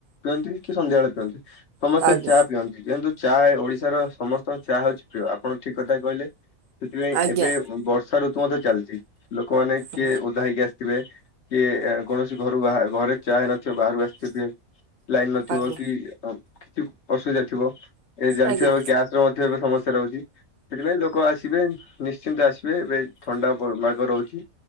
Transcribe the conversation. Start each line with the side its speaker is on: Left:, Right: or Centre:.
Left: ପିଅନ୍ତି, କି ସନ୍ଧ୍ୟାବେଳେ ପିଅନ୍ତି। ସମସ୍ତେ
Right: ଆଜ୍ଞା
Left: ଚା ପିଅନ୍ତି କିନ୍ତୁ ଚା ଓଡିଶାର ସମସ୍ତଙ୍କ ଚାହା ହଉଛି ପ୍ରିୟ ଆପଣ ଠିକ୍ କଥା କହିଲେ। ସେଥିପାଇଁ
Right: ଆଜ୍ଞା
Left: ଏବେ ବର୍ଷା ଋତୁ ମଧ୍ୟ ଚାଲିଛି ଲୋକମାନେ
Right: ଆଜ୍ଞା
Left: କିଏ ଓଦା ହେଇକି ଆସି ଥିବେ କିଏ କୌଣସି ଘରୁ ବାହା ଘରେ ଚା ହେଇନଥିବ ବାହାରୁ ଆସି ଲାଇନ୍ ନଥିବ
Right: ଆଜ୍ଞା
Left: କି କିଛି ଅସୁବିଧା ଥିବ। ଏ ଜାଣିଚୁ
Right: ଆଜ୍ଞା
Left: ଏବେ ଗ୍ୟାସ ରେ ମଧ୍ୟ ଏବେ ସମସ୍ତେ ରହୁଛି ସେଥିପାଇଁ ଲୋକ ଆସିବେ ନିଶ୍ଚିନ୍ତ ଆସିବେ ଏବେ ଥଣ୍ଡା ମାଗ ରହୁଛି।